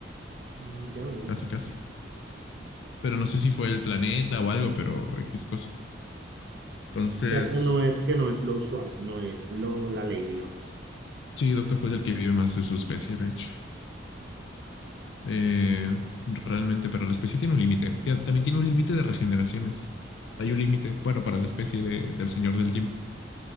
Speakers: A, on the right; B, on the left.
A: Mm, ya veo.
B: casi, casi. Pero no sé si fue el planeta o algo, pero X cosa. Entonces,
A: O sea, que no es, que no es lo usual, no es lo, la ley, digamos.
B: sí, Doctor Who es el que vive más de su especie, de hecho. Eh, realmente, pero la especie tiene un límite. Tien- También tiene un límite de regeneraciones. Hay un límite, bueno, para la especie de- del Señor del Tiempo.